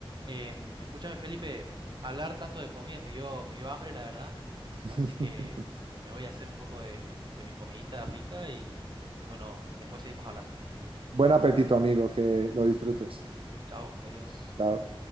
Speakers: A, on the right; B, on the right.
A: Em, escúchame, Felipe, hablar tanto de comida me dio, me dio hambre, la verdad,
B: <laughs>
A: así que me voy a hacer un poco de, de mi comidita rica y, y bueno, después seguimos hablando.
B: Buen apetito, amigo, que lo disfrutes.
A: Chao, adiós.
B: Chao.